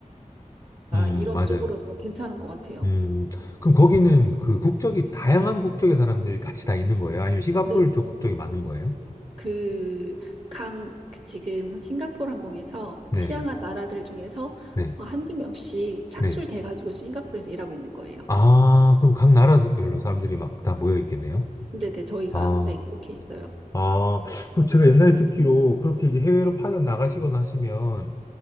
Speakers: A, on the left (about 25°); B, on the right (about 40°).
A: 음,
B: 이런
A: 음, 맞아요.
B: 쪽으로는 좀 괜찮은 것 같아요.
A: 음, 그럼 거기는 그 국적이 다양한 국적의 사람들이 같이 다 있는 거예요? 아니면 싱가포르
B: 네,
A: 쪽 국적이 많은 거예요?
B: 그 강, 그 지금 싱가포르 항공에서
A: 네,
B: 취향한 나라들 중에서
A: 네,
B: 어, 한두 명씩 착출돼가지고
A: 네.
B: 싱가포르에서 일하고 있는 거예요.
A: 아, 그럼 각 나라별로 사람들이 막 다 모여 있겠네요?
B: 근데 네, 저희가
A: 아,
B: 네, 그렇게 있어요.
A: 아, 그럼 제가 옛날에 듣기로 그렇게 이제 해외로 파견 나가시거나 하시면